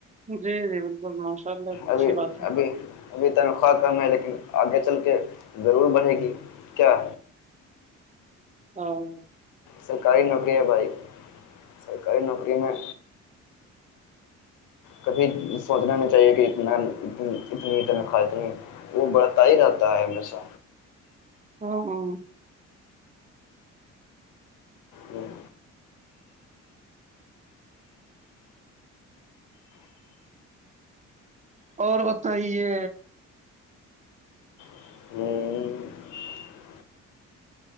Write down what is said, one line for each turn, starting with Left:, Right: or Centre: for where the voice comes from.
Right: جی جی بالکل ماشاء اللہ تو اچھی
Left: ابھی
Right: بات ہے
Left: ابھی ابھی تنخواہ کم ہے لیکن آگے چل کے ضرور بڑھے گی کیا
Right: ہاں
Left: سرکاری نوکری ہے بھائی سرکاری نوکری میں کبھی سوچنا نہیں چاہیے کہ اتنا اتنی اتنا کاات ہیں وہ بڑھتا ہی رہتا ہے ہمیشہ
Right: ہاں ہاں
Left: ہاں
Right: اور بتائیے
Left: ہوں